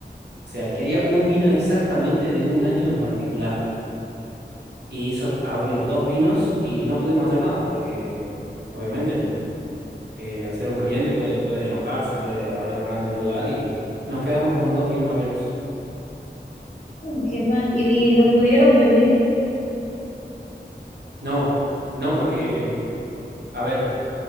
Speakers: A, on the right; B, on the left.
A: O sea, quería un vino exactamente de un año en particular. Y hizo abrir dos vinos y no pudimos hacer nada, porque obviamente eh, al ser un cliente puede, puede enojarse, puede hablar mal del lugar y nos quedamos con dos vinos abiertos.
B: Mm, qué mal. Y no pudieron vender.
A: No, no porque, a ver,